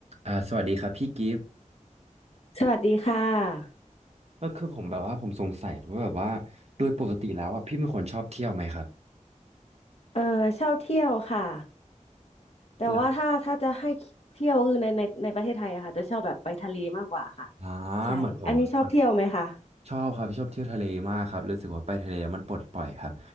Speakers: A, on the right; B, on the left.
A: อ่าสวัสดีครับพี่กิฟต์
B: สวัสดีค่ะ
A: ก็คือผมแบบว่าผมสงสัยว่าแบบว่าโดยปกติแล้วอ่ะพี่เป็นคนชอบเที่ยวไหมครับ
B: เออชอบเที่ยวค่ะแต่ว่าถ้าถ้าจะให้เที่ยวคือในในในประเทศไทยอะค่ะจะชอบแบบไปทะเลมากกว่าค่ะ
A: แล้วอ่าเหมือนผมครับมัน
B: ใช่อันนี้ชอบเที่ยวไหมคะ
A: ชอบครับชอบเที่ยวทะเลมากครับรู้สึกว่าไปทะเลมันปลดปล่อยครับ